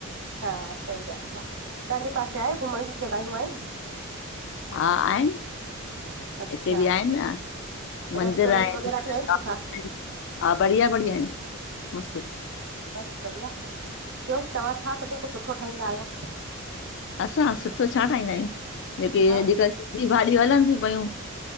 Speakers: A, on the right; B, on the left.
A: हा सई ॻाल आ तांॼे पासे आये घुमण ॼी जॻयूं आयन।
B: हा आयन
A: अच्छा
B: हिते ॿि आयन न। मंदिर
A: रेस्टोरेंट
B: आयन
A: वग़ैरह बि आहिनि
B: हा
A: सुठा
B: बढ़िया-बढ़िया आयन मस्त।
A: बस बढ़िया ॿयो तां छा सॿिन कुछ सुठो ठाईदा आयो।
B: असां सुठो छा ठाघदा आयूं जेके
A: ॿुधायो
B: अॼुकल सिंधी भाॼियूं हलन ती पयूं।